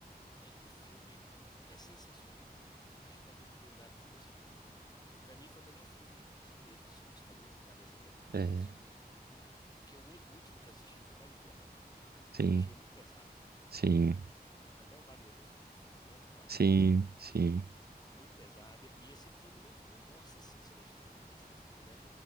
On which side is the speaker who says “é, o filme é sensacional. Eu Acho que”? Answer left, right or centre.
Left